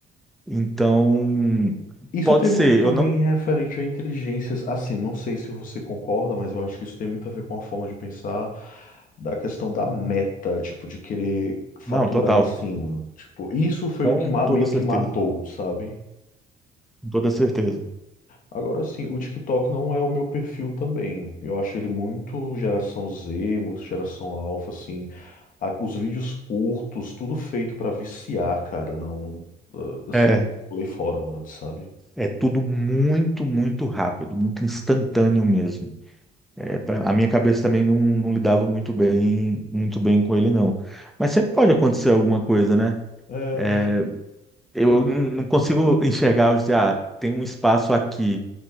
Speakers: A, in the centre; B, on the left (about 50°).
A: Então,
B: Isso
A: pode
B: tem
A: ser,
B: muito também
A: eu não.
B: referente a inteligências, assim, não sei se você concorda, mas eu acho que isso tem muito a ver com a forma de pensar da questão da meta, tipo, de querer faturar
A: Não, total.
B: em cima. Tipo, isso foi
A: Com
B: o que ma-
A: toda
B: meio
A: certeza.
B: que matou, sabe?
A: Com toda certeza.
B: Agora sim, o TikTok não é o meu perfil também. Eu acho ele muito geração Z, muito geração alfa, assim. A- os vídeos curtos, tudo feito pra viciar, cara. Não, ah, assim,
A: É,
B: eu pulei fora antes, sabe?
A: é tudo muito, muito rápido, muito instantâneo mesmo. É, pra- a minha cabeça também não, não lidava muito bem, muito bem com ele, não. Mas sempre pode acontecer alguma coisa, né?
B: É,
A: É, Eu n- não consigo enxergar, eu dizer, ah, tem um espaço aqui,